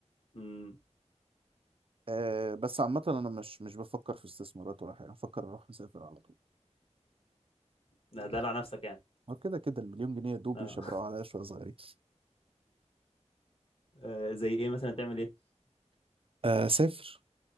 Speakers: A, on the left (about 50°); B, on the right (about 50°).
A: امم
B: آه، بس عامة أنا مش مش بفكر في استثمارات ولا حاجة، بفكر أروح مسافر على طول،
A: ده دلع نفسك يعني
B: هو كده كده المليون جنيه يا دوب
A: اه
B: يشبرقوا عليا شوية صغيرين.
A: آه، زي ايه مثلا تعمل ايه
B: أسافر